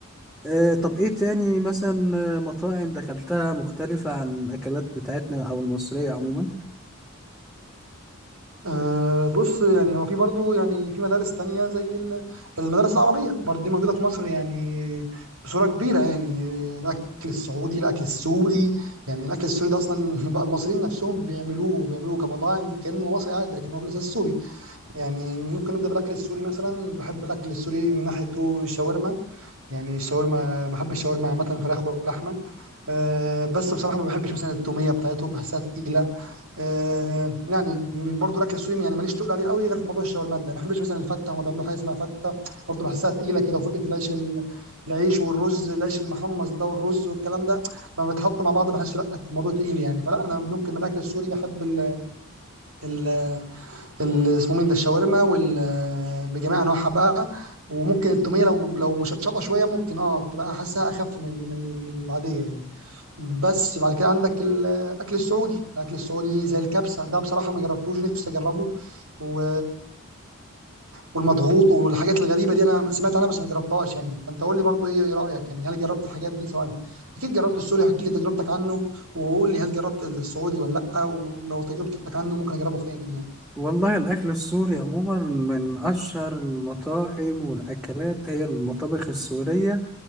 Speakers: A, in the centre; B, on the right.
A: آه طب إيه تاني مثلا آه، مطاعم دخلتها مختلفة عن الأكلات بتاعتنا أو المصرية عموما
B: أه بص يعني هو في برضو يعني في مدارس تانية زي ال- المدارس العربية برضو دي موجودة في مصر يعني بصورة كبيرة يعني الأكل السعودي الأكل السوري يعني الأكل السوري ده أصلا <laughs> بقى المصريين نفسهم بيعملوه بيعملوه كمطاعم كأنه مصري عادي لكن هو في الأساس سوري يعني ممكن نبدأ بالأكل السوري مثلا بحب الأكل السوري من ناحيته الشاورما يعني الشاورما بحب الشاورما عامة فراخ ولحمة أه بس بصراحه ما بحبش مثلا التوميه بتاعتهم بحسها تقيله أه يعني برضو الاكل السوري يعني ماليش تقول عليه قوي غير في موضوع الشاورما ده ما بحبش مثلا الفته هم بيعملوا حاجه اسمها فته برضو بحسها تقيله كده وفكره العيش ال- العيش والرز العيش المحمص ده والرز والكلام ده لما بيتحط مع بعض بحسه لا الموضوع تقيل يعني فلا انا ممكن من الاكل السوري بحب ال ال ال- اسمه مين ده الشاورما وال بجميع انواعها بقى وممكن التوميه لو لو مشطشطه شويه ممكن اه تبقى حاسها اخف من من العاديه يعني بس بعد كده عندك الاكل السعودي الاكل السعودي زي الكبسه ده بصراحه ما جربتوش نفسي اجربه و... والمضغوط والحاجات الغريبه دي انا سمعت عنها بس ما جربتهاش يعني فانت قول لي برضو ايه رايك يعني هل جربت الحاجات دي سواء اكيد جربت السوري احكي لي تجربتك عنه وقول لي هل جربت السعودي ولا لا ولو تجربتك عنه ممكن اجربه فين يعني
A: والله الأكل السوري عموما من أشهر المطاعم والأكلات هي المطابخ السورية